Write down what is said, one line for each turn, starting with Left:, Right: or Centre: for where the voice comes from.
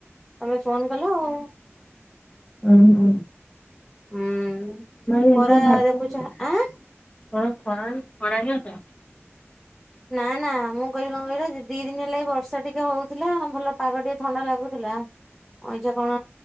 Centre: ତମେ ଫୋନ କଲ ଆଉ।
Left: ହଁ ହ।
Centre: ହୁଁ
Left: ହେଇଥିଲା
Centre: ଖରା ଦେଖୁଛ,
Left: ଭାତ
Centre: ଆଁ?
Left: <unintelligible> <unintelligible>
Centre: ନା ନା ମୁଁ କହିବି କଣ କହିଲ ଯିବ ଦି ଦିନଏଁ ହେଲା ବର୍ଷା ଟିକେ ହଉଥିଲା ଭଲ ପାଗ ଟିକେ ଥଣ୍ଡା ଲାଗୁଥିଲା। ଅଇଛା କଣ